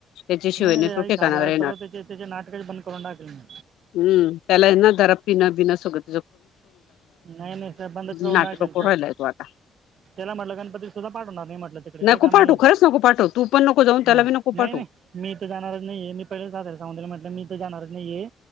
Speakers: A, on the left (about 85°); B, on the right (about 55°).
A: त्याच्याशिवाय
B: नाही नाही
A: तो ठिकाणावर
B: र आ ले
A: येणार
B: सर्व त्याचे त्याचे नाटकच बंद करून टाकले म
A: हम त्याला ना जरा पिं बिनं सगत
B: नाही नाही सर बंदच करून
A: नाटकं
B: टाकेल
A: करू
B: तर
A: राहिलाय तो आता
B: त्याला म्हटलं गणपती सुद्धा पाठ होणार नाही म्हटलं तिकडे काही
A: नको
B: काम
A: पाठवू
B: नाही
A: खरंच नको पाठवू तू पण नको जाऊन
B: हा
A: त्याला बी नको
B: नाही
A: पाठवू
B: नाही मी इथ जाणार नाहीये मी पहिले साधला सांगला म्हटलं मी जाणार नाही